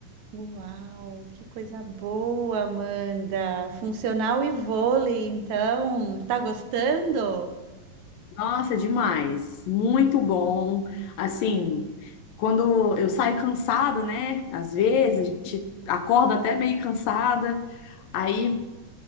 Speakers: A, on the right; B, on the left.
A: Uau, que coisa boa, Amanda. Funcional e vôlei, então. Tá gostando?
B: Nossa, é demais. Muito bom. Assim, quando eu saio cansada, né? Às vezes a gente acorda até meio cansada, aí